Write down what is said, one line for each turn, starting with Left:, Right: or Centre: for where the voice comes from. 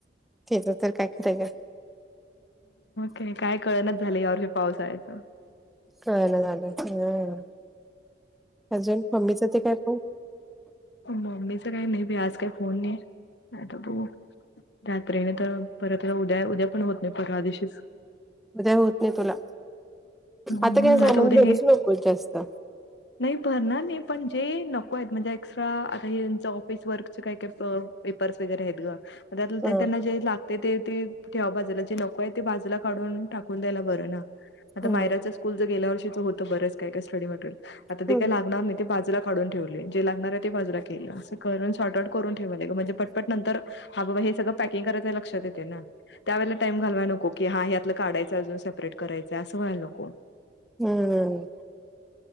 Centre: त्याचं काय खरं आहे गं.
Left: के काय कळणाचं झाले. या वर्षी पावसाळ्याचं
Centre: कळना झालं हा अजून मम्मीच ते काय पण.
Left: मम्मी चा काही आज काही फोन नाही नाहीत तू रात्रीने तर परतला उद्या उद्या पण होत. नाही. परवा दिवशी.
Centre: आता होत नाही तुला
Left: हम्म
Centre: आता काय सामान
Left: उद्या
Centre: भरूचं
Left: हे
Centre: नको जास्त.
Left: नाही भरणार नाही पण जे नको आहेत म्हणजे एक्स्ट्रा आता हे त्यांच ऑफिस वर्क काय. काय. पेपर्स वगैरे आहेत ग त्यात
Centre: हं
Left: ते त्यांना जे लागत. ते ते ठेवा बाजूला जे नको आहे ते बाजूला काढून टाकून दयाला बरं ना आता
Centre: हम्म
Left: माहेरचं. स्कूलचं गेल्या वर्षी होत बरेच काय स्टडी आता
Centre: हम्म
Left: ते होणार नाही ते बाजु काढून ठेवले जे लागणार आहे ते बाजूला केलं असं करून शॉर्टआउट करून ठेवले म्हणजे पट पटनंतर नंतर- अगं बाई हे सगळं पॅकिंग करायचं लक्षात येते ना. त्या वेळेला टाइम घालवाय नको की हा हे यातलं काढायचं अजून सेपरेट करायंय असं व्हायला नको.
Centre: हम्मम,